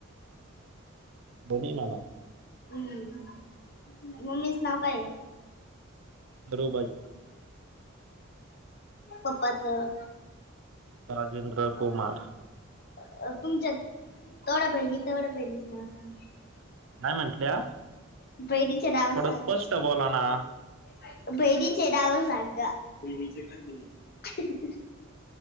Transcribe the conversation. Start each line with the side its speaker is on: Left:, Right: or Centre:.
Right: बनी मला
Left: हम् मम्मीच नाव काय?
Right: सरूबाई
Left: पप्पाचं?
Right: राजेंद्र कुमार
Left: अ तुमच्या तेवढ्या बहिणी तेवढ्या बहिणीचं नावं सांगा
Right: नाही
Left: काय
Right: म्हंटल्या
Left: म्हणते? बहिणीचे नावं
Right: थोडं
Left: सांगा.
Right: स्पष्ट
Left: सुस्पष्ट बोला
Right: ना
Left: ना बहिणीचे नाव सांगा. बहिणीचे काय बनीचे